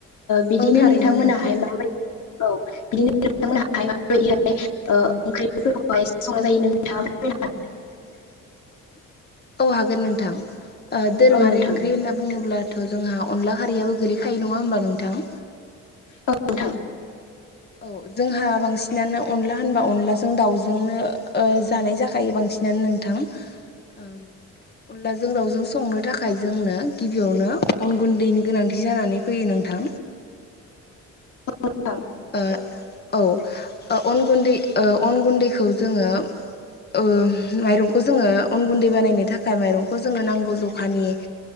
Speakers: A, on the left; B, on the left.
A: बिदिनो
B: औ थारैनो
A: नोंथांमोनाहाय
B: नोंथां
A: माबायदि औ बिदिनो नोंथां माबायदिहाय
B: माबायदिहाय
A: ओ ओंख्रिफोरखौहाय
B: ओंख्रिफोरखौहाय
A: संनाय जायो नोंथाङा
B: संना
A: फोरमायनो हागोन
B: जायो नोंथाङा फोरमायनो हाय औ हागोन नोंथां दोरोङारि
A: औ नोंथां
B: ओंख्रि होनना बुङोब्लाथ' जोंहा अनला खारियाबो गोलैखायो नङा होनोमबा नोंथां
A: औ नोंथां
B: औ जोंहा बांसिनानो अनला होनबा अनलाजों दाउजोंनो जानाय जाखायो बांसिन नोंथां ओ अनलाजों दाउजों संनो थाखाय जोंनो गिबियावनो अन गुन्दैनि गोनांथि जानानै फैयो नोंथां।
A: औ नोंथां।
B: ओ औ ओ अन ओ गुन्दै अन गुन्दैखौ जोङो ओ माइरंखौ जोङो अन गुन्दै बानायनो थाखाय माइरंखौ जोङो नांगौ जखानि